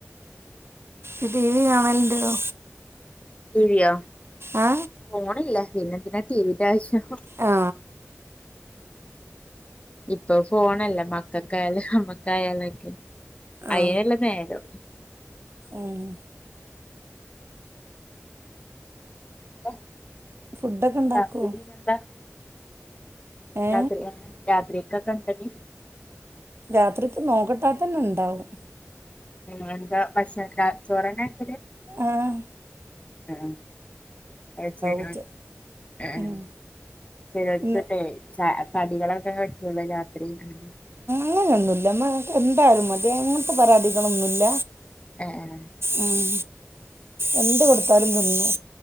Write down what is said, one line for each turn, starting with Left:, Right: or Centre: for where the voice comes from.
Right: ഇന്നിട്ട് ടിവി കാണലുണ്ടോ
Left: ടിവിയോ?
Right: ആ
Left: ഫോണില്ലേ പിന്നെന്തിനാ ടി വിന്റെ ആവശ്യം?
Right: ആ
Left: ഇപ്പൊ ഫോണല്ലേ മക്കക്കായാലും. നമ്മക്കായാലൊക്കെ
Right: ആ
Left: അയ്നല്ലേ നേരം.
Right: ഉം
Left: പിന്നെ
Right: ഫുഡൊക്കെ ഉണ്ടാക്കുവോ
Left: രാത്രി പിന്നെന്താ?
Right: ഏ
Left: രാത്രി <unintelligible> രാത്രിക്കൊക്കെ എന്താടി?
Right: രാത്രിക്ക് നോക്കട്ടാ അതന്നെ ഇണ്ടാവും.
Left: ഉം എന്താ ഭക്ഷണാക്കെ ചോറന്നെയാ
Right: ആഹ്
Left: ആ അത് ശരി
Right: ഉച്ച
Left: ആ ആഹ്
Right: ഉം
Left: ചേലോൽക്കൊക്കെ
Right: ഇന്ന്
Left: ച കടികളൊക്കെ പറ്റുള്ളൂ രാത്രി അങ്ങനെ
Right: അങ്ങനെയൊന്നുല്ല. <unintelligible> എന്തായാലും മതി അങ്ങനത്തെ പരാതികളൊന്നുല്ല
Left: ഏഹ്
Right: ഉം എന്ത് കൊടുത്താലും തിന്നും